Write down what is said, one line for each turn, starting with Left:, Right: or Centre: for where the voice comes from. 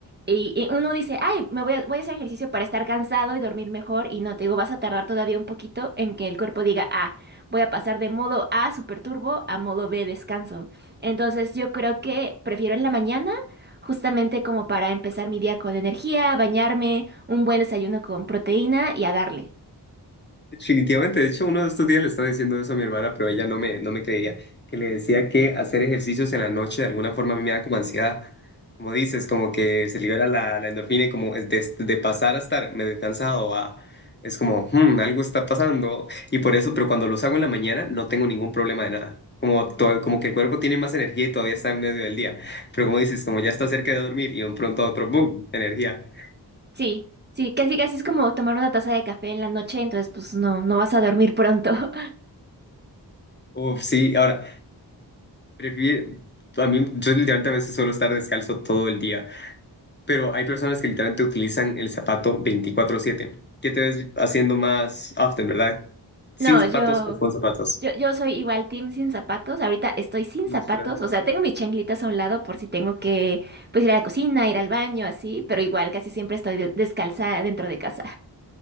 Right: Y, y uno dice, ay, me voy a, voy a hacer ejercicio para estar cansado y dormir mejor. Y no, te digo, vas a tardar todavía un poquito en que el cuerpo diga, ah voy a pasar de modo A super turbo a modo B descanso. Entonces yo creo que prefiero en la mañana, justamente como para empezar mi día con energía, bañarme, un buen desayuno con proteína y a darle.
Left: Definitivamente, de hecho, uno de estos días le estaba diciendo eso a mi hermana, pero ella no me, no me creía, que le decía que hacer ejercicios en la noche de alguna forma a mí me da como ansiedad, como dices, como que se libera la, la endorfina y como es de, de pasar a estar medio cansado a, es como, "Hmm, algo está pasando, y por eso, pero cuando los hago en la mañana no tengo ningún problema de nada, como, to- como que el cuerpo tiene más energía y todavía está en medio del día, pero como dices, como ya está cerca de dormir y de un pronto a otro, ¡boom!, energía.
Right: Sí, sí, casi casi es como tomar una taza de café en la noche, entonces pues no, no vas a dormir pronto. <laughs>
Left: Uf, sí, ahora. Prefiero, a mí, yo literalmente a veces suelo estar descalzo todo el día, pero hay personas que literalmente utilizan el zapato veinticuatro siete ¿Qué te ves haciendo más often, verdad? ¿Sin
Right: No,
Left: zapatos
Right: yo,
Left: o con zapatos?
Right: yo, yo soy igual team sin zapatos. Ahorita estoy sin
Left: Literal.
Right: zapatos, o sea, tengo mis chanclitas a un lado por si tengo que, pues, ir a la cocina, ir al baño, así, pero igual casi siempre estoy de- descalza dentro de casa.